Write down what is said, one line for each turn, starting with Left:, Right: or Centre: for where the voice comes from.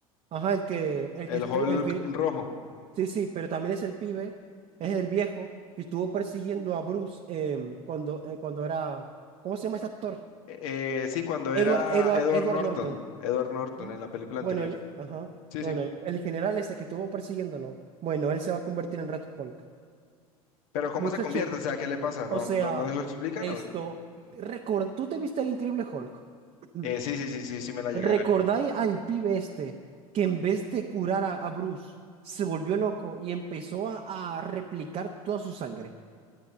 Right: ajá, el que, el
Left: El
Right: que estuvo,
Left: Hulk
Right: el que,
Left: rojo.
Right: sí, sí, pero también es el pibe, es el viejo que estuvo persiguiendo a Bruce eh, cuando, eh, cuando era, ¿cómo se llama este actor?
Left: Eh, eh, sí, cuando
Right: Edward,
Left: era
Right: Edward,
Left: Edward
Right: Edward
Left: Norton.
Right: Norton.
Left: Edward Norton
Right: Mm.
Left: en la película
Right: Bueno,
Left: anterior.
Right: el, ajá,
Left: Sí,
Right: bueno,
Left: sí.
Right: el, el general ese que estuvo persiguiéndolo, bueno, él se va a convertir en Red Hulk.
Left: Pero ¿cómo
Right: Muchacho,
Left: se convierte? O sea, ¿qué le pasa?
Right: o
Left: ¿No,
Right: sea,
Left: no, no lo explican
Right: esto,
Left: o qué?
Right: record, ¿tú te viste el Increíble Hulk? <clears throat>
Left: Eh, sí, sí, sí, sí, sí me la llegué a
Right: ¿Recordáis
Left: ver.
Right: al pibe este que en vez de curar a, a Bruce, se volvió loco y empezó a, a replicar toda su sangre?